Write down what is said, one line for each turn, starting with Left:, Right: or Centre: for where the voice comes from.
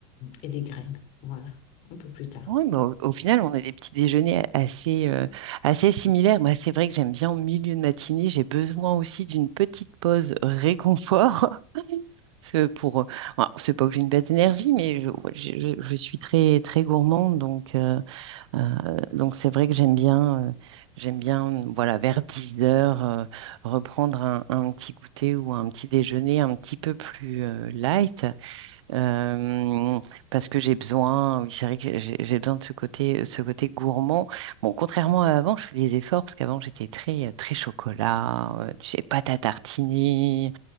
Left: et des graines. Voilà, un peu plus tard.
Right: Oui,
Left: <laughs>
Right: mais au, au final, on a des petits déjeuners assez, euh, assez similaires. Moi, c'est vrai que j'aime bien au milieu de matinée, j'ai besoin aussi d'une petite pause réconfort. <laughs> parce que Pour, alors, c'est pas que j'ai une baisse d'énergie, mais je, ouais, je- je- je suis très, très gourmande. Donc, euh, euh, donc c'est vrai que j'aime bien, euh, j'aime bien, voilà, vers 10 heures, euh, reprendre un, un petit goûter ou un petit déjeuner un petit peu plus, euh, light euh, parce que j'ai besoin, oui, c'est vrai que j'ai j'ai besoin de ce côté, ce côté gourmand. Bon, contrairement à avant, je fais des efforts parce qu'avant j'étais très, euh, très chocolat, euh, tu sais, pâte à tartiner,